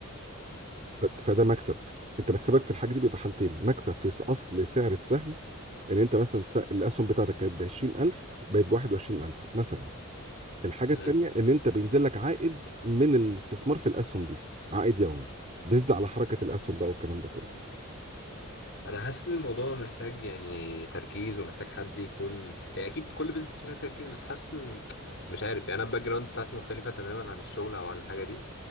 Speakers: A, on the right (about 35°); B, on the left (about 60°).
A: ف- فده مكسب انت مكسبك في الحاجه دي بيبقى حالتين مكسب في س- اصل سعر السهم ان انت مثلا س- الاسهم بتاعتك كانت ب 20000 بقت ب 21000 مثلا الحاجه
B: مم.
A: التانيه ان انت بينزل لك عائد من الاستثمار في الاسهم دي عائد يومي بيزيد على حركه الاسهم بقى والكلام ده كله
B: انا حاسس ان الموضوع محتاج يعني تركيز ومحتاج حد يكون يعني اكيد كل بزنس محتاج تركيز بس حاسس ان مش عارف يعني انا الباك جراوند بتاعتي مختلفه تماما عن الشغل او عن الحاجه دي